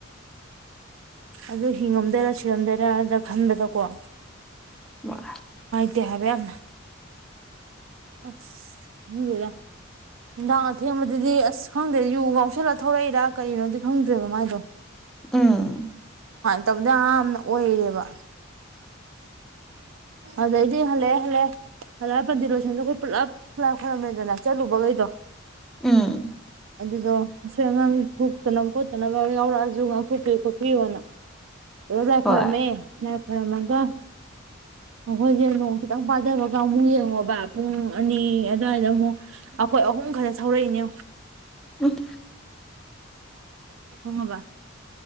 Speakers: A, on the right; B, in the centre.
A: ꯑꯗꯨ ꯍꯤꯡꯉꯝꯗꯣꯏꯔ ꯁꯤꯔꯝꯗꯣꯏꯔꯅ ꯈꯟꯕꯗꯀꯣ
B: ꯋꯥ
A: ꯇꯦ ꯍꯥꯏꯕ ꯌꯥꯝꯅ ꯑꯁ ꯂꯨꯒ ꯅꯨꯡꯗꯥꯡ ꯑꯊꯦꯝꯕꯗꯨꯗꯤ ꯑꯁ ꯈꯪꯗ꯭ꯔꯦ ꯌꯨ ꯉꯥꯎꯁꯜꯂ ꯊꯧꯂꯛꯏꯔꯥ ꯀꯔꯤꯅꯣꯗꯤ ꯈꯪꯗ꯭ꯔꯦꯕ ꯃꯥꯏꯗꯣ
B: ꯑꯪ
A: ꯇꯝ ꯌꯥꯝꯅ ꯑꯣꯏꯔꯦꯕ ꯑꯗꯩꯗꯤ ꯍꯜꯂꯛꯑꯦ ꯍꯜꯂꯛꯑꯦ ꯍꯜꯂꯛꯑ ꯀꯟꯗꯤꯔ ꯂꯣꯏꯁꯟꯗꯣ ꯑꯩꯈꯣꯏ ꯄꯨꯜꯂꯞꯂꯞ ꯈꯣꯏꯔꯝꯃꯦꯗꯅ ꯆꯠꯂꯨꯕꯈꯩꯗꯣ
B: ꯎꯝ
A: ꯑꯗꯨꯗꯣ ꯑꯁꯣꯏ ꯑꯉꯥꯡ ꯊꯣꯛꯇꯅꯕ ꯈꯣꯠꯇꯅꯕ ꯑꯃ ꯌꯥꯎꯔꯛꯑꯁꯨ ꯉꯥꯛꯊꯣꯛꯄꯤꯌꯨ ꯈꯣꯠꯄꯤꯌꯣꯅ ꯑꯗ ꯂꯥꯏ
B: ꯍꯣꯏ
A: ꯈꯣꯔꯝꯃꯦ ꯑꯣꯏꯔꯝꯃꯣꯏꯗ ꯑꯩꯈꯣꯏꯁꯦ ꯅꯣꯡ ꯈꯤꯇꯪ ꯄꯥꯗꯕꯒ ꯑꯃꯨꯛ ꯌꯦꯡꯉꯣꯕ ꯄꯨꯡ ꯑꯅꯤ ꯑꯗꯨꯋꯥꯏꯗ ꯑꯃꯨꯛ ꯑꯩꯈꯣꯏ ꯑꯍꯨꯝ ꯈꯛꯇ ꯊꯧꯔꯛꯏꯅꯤ ꯌꯦꯡꯉꯨ
B: ꯎꯝ
A: <unintelligible>